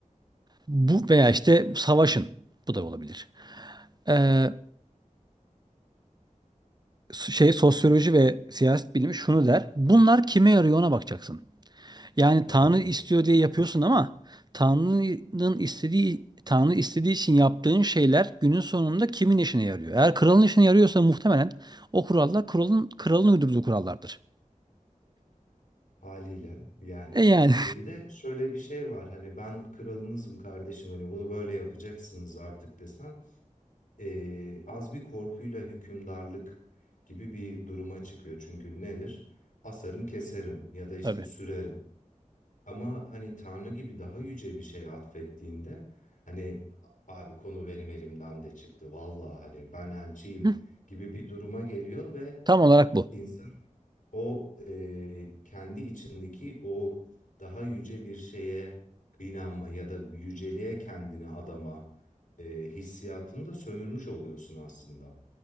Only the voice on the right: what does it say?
Bu veya işte savaşın. Bu da olabilir. Ee, şey sosyoloji ve siyaset bilimi şunu der. Bunlar kime yarıyor ona bakacaksın. Yani
Tanrı
istiyor diye yapıyorsun ama Tanrı'nın istediği Tanrı istediği için yaptığın şeyler günün sonunda kimin işine yarıyor? Eğer kralın işine yarıyorsa muhtemelen o kurallar kralın kralın uydurduğu kurallardır.
E yani
<laughs> Tabii.
Hı,
tam olarak bu.